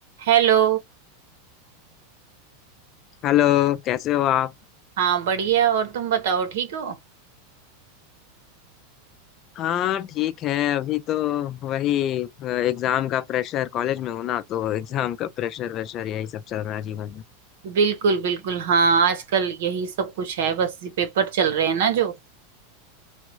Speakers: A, on the right; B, on the left.
A: Hello
B: Hello कैसे हो आप
A: हाँ बढ़िया और तुम बताओ ठीक हो
B: हाँ ठीक है अभी तो वही अ, एग्जाम का प्रेशर कॉलेज में हूँ ना तो एग्जाम का प्रेशर वेशर यही सब चल रहा है जीवन में
A: बिल्कुल बिल्कुल हाँ आजकल यही सब कुछ है बस ये पेपर चल रहे हैं ना जो